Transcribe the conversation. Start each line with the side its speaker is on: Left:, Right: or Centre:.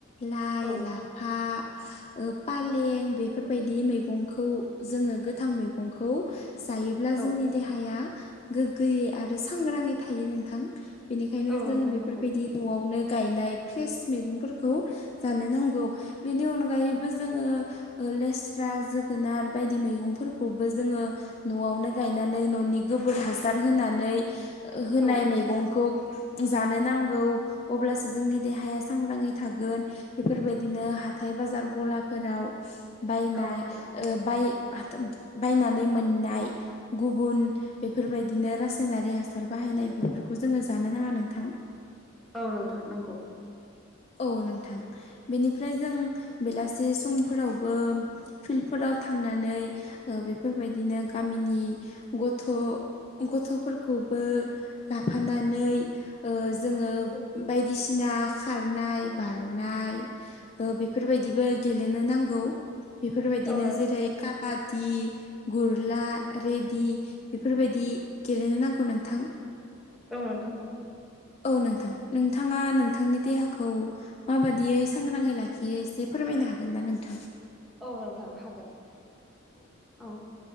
Left: लाइ
Centre: औ
Left: लाफा ओ फालें बेफोर बेबायदि मैगंखौ जोङो गोथां मैगंखौ जायोब्ला
Centre: औ
Left: जोंनि देहा हाया गोग्गोयै आरो सांग्राङै थायो नोंथां बेनिखायनो
Centre: औ नोंथां
Left: जों बेफोरबायदि
Centre: नंगौ
Left: न'आवनो गायनाय फ्रेस मैगंफोरखौ जानो नां औ बेनि अनैबो जोंङो लेस सिरा जोगोनार बायदि मैगंफोरखौबो जोङो न'आवनो गायनानै न'नि गोबोर हासार होनानै होनाय
Centre: औ
Left: मैगंखौ जानो नांगौ अब्लासो जोंनि देहाया सांग्राङै थागोन। बेफोरबायदिनो हाथाइ बाजार गलाफोराव बायना
Centre: औ नोंथां
Left: ओ बाय बायनानै मोननाय गुबुन बेफोरबायदिनो रासायनारि हासार बाहायनाय बेफोरखौ जोङो जानो नाङा नोंथां।
Centre: औ नोंथां नंगौ।
Left: औ नोंथां बेनिफ्राय जों बेलासि समफोरावबो फिल्डफोराव थांनानै बेफोरबायदिनो गामिनि गथ' गथ'फोरखौबो लाफानानै जोङो
Centre: औ
Left: बायदिसिना खारनाय बारनाय बेफोरबायदिबो गेलेनो नांगौ। बेफोरबायदिनो
Centre: औ नोंथां
Left: जेरै
Centre: नंगौ
Left: काबादि गुरला रेडि बेफोरबायदि गेलेनो नांगौ नोंथां।
Centre: औ नोंथां नंगौ।
Left: औ नोंथां नोंथाङा नोंथांनि देहाखौ माबादियै सांग्राङै लाखियो एसे फोरमायनो हागोन ना नोंथां।
Centre: औ नोंथां हागोन औ